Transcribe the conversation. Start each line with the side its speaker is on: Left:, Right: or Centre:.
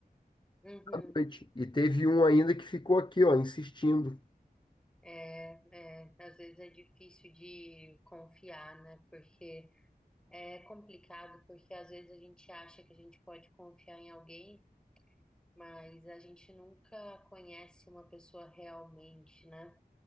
Centre: Uhum.
Left: à noite. E teve um ainda que ficou aqui, ó, insistindo.
Centre: É, é, às vezes é difícil de confiar, né? Porque é complicado, porque às vezes a gente acha que a gente pode confiar em alguém, mas a gente nunca conhece uma pessoa realmente, né?